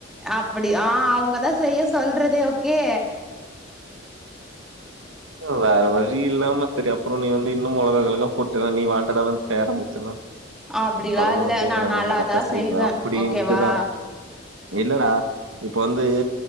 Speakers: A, in the centre; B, on the right (about 80°).
A: அப்டி ஆ அவுங்கதா செய்ய சொல்றதே ஓகே
B: வேற வழி இல்லாம சரி அப்புறோ நீ வந்து இன்னு மொளகா கிளகா போட் ட்டன்னா நீ வாண்ட்டடா வந்து தேரம்பிச்சுன்னா
A: அப்டிலா
B: பரவால
A: இல்ல
B: கேக்குறாங்கன்னு
A: நா நல்லாதா
B: கரெட்டா செய்வே அப்டின்ட்டுதா
A: ஓகேவா
B: இல்லடா இப்ப வந்து